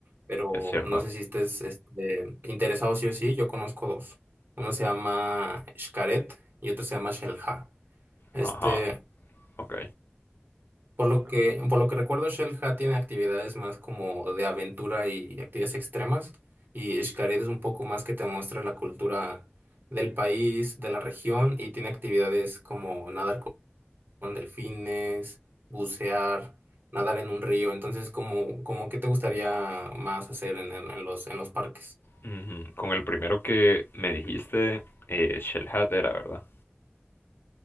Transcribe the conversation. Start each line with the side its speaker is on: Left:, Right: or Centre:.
Right: pero
Left: Es cierto.
Right: no sé si estés este, interesado sí o sí, yo conozco dos. Uno se llama Xcaret y otro se llama Xelha. Este,
Left: Ajá, ok.
Right: por lo que, por lo que recuerdo, Xelha tiene actividades más como de aventura y actividades extremas, y Xcaret es un poco más que te muestra la cultura del país, de la región, y tiene actividades como nadar con delfines, bucear, nadar en un río. Entonces, como, como qué te gustaría más hacer en, el- en los, en los parques?
Left: Ujú, Con el primero que me dijiste, eh, Shell Hat era, ¿verdad?